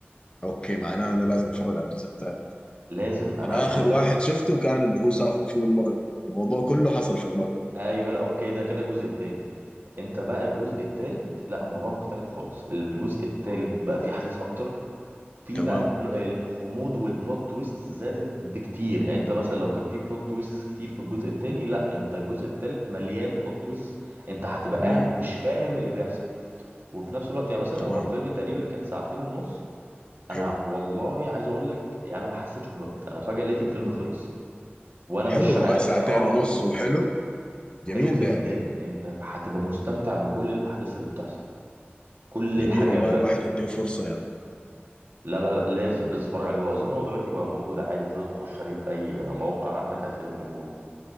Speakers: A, on the left (about 25°); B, on the right (about 55°).
A: اوكي معناه انا لازم اتفرج على الجزء الثالث
B: لازم انا
A: انا
B: عايز
A: اخر
B: اقول
A: واحد
B: لك
A: شفته كان اللي هو سافر فيه المغرب الموضوع كله حصل في المغرب
B: ايوه لا اوكي ده كده الجزء التاني انت بقى الجزء التالت لا الموضوع مختلف خالص الجزء التالت بقى فيه احداث اكتر في
A: تمام
B: بقى البل- الغموض والبلوت تويست زادت بكتير يعني انت مثلا لو كان في بلوت تويست كتير في الجزء التاني لا انت الجزء التالت مليان بلوت تويست انت هتبقى قاعد
A: امم
B: مش فاهم اللي بيحصل وفي نفس الوقت يعني مثلا
A: تمام
B: هو الفيلم تقريبا كان ساعتين ونص انا
A: حلو
B: والله عايز اقول لك يعني انا ما حسيتش بالوقت انا فجأة لقيت الفيلم خلص وانا
A: حلو
B: مش
A: والله
B: عارف
A: ساعتين
B: اه
A: ونص وحلو جميل
B: حلو جدا
A: ده يا مان
B: انت هتبقى مستمتع بكل الاحداث اللي بتحصل كل
A: جميل
B: الحاجات
A: والله
B: بقى
A: الواحد يديه فرصة يا مان
B: لا لا لا، لازم لازم تتفرج عليه هو اظن هو دلوقتي بقى موجود عادي تقدر تخش عليه في اي موقع عندك هتلاقيه موجود